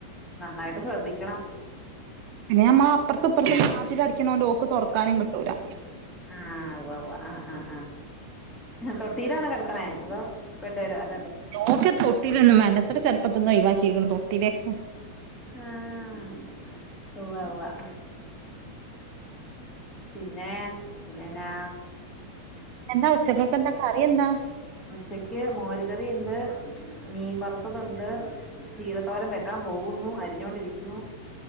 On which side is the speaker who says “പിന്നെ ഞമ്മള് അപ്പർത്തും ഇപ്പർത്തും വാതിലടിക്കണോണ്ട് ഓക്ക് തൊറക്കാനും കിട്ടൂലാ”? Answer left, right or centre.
Right